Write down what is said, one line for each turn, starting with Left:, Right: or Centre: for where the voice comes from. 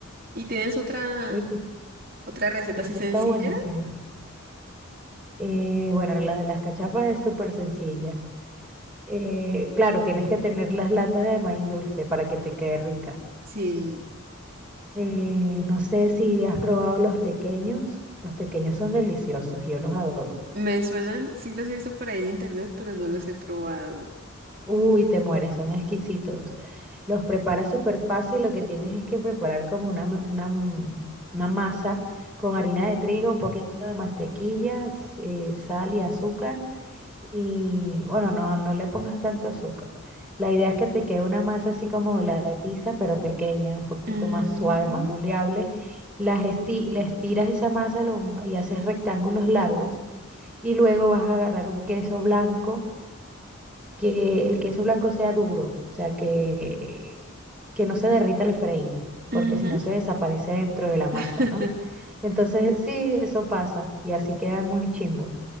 Right: ¿Y tienes otra,
Centre: Oye,
Right: otra receta
Centre: esa
Right: así sencilla?
Centre: está buenísima. Eh, bueno, la de las cachapas es súper sencilla. Eh, claro, tienes que tener las latas de maíz dulce para que te quede rica.
Right: Sí,
Centre: Eh, no sé si has probado los tequeños. Los tequeños son deliciosos, yo los adoro.
Right: me suenan, sí los he visto por ahí en internet, pero no los he probado.
Centre: Uy, te mueres, son exquisitos. Los preparas súper fácil, lo que tienes es que preparar como una, ma- una, mm, una masa con harina de trigo, un poquito de mantequilla, s- eh, sal y azúcar. Y bueno, no, no le pongas tanto azúcar. La idea es que te quede una masa así como la de pizza, pero pequeña, un poquito
Right: Mm,
Centre: más suave, más moldeable. Las esti- le estiras esa masa lo- y haces rectángulos largos. Y luego vas a agarrar un queso blanco, que el queso blanco sea duro, o sea, que, que no se derrita al freír, porque
Right: ujú.
Centre: si no se desaparece dentro de la masa,
Right: <laughs>
Centre: ¿no? Entonces, sí, eso pasa y así quedan muy chimbos,